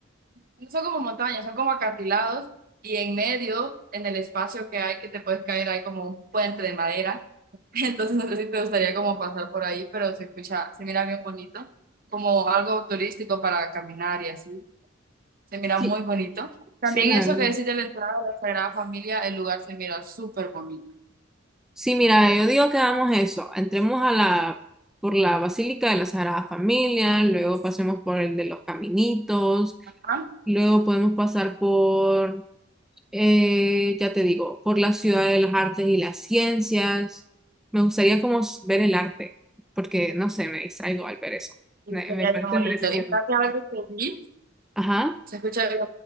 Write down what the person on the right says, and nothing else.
No son como montañas, son como acantilados y en medio, en el espacio que hay que te puedes caer, hay como un puente de madera. <laughs> Entonces no sé si te gustaría como pasar por ahí, pero se escucha, se mira bien bonito, como algo turístico para caminar y así. Se mira
muy bonito. También
eso
que decís de la entrada de la Sagrada Familia, el lugar se mira súper bonito.
Ah,
y
se
mira
bien bonito.
Y fíjate algo que vi
Se escucha bien.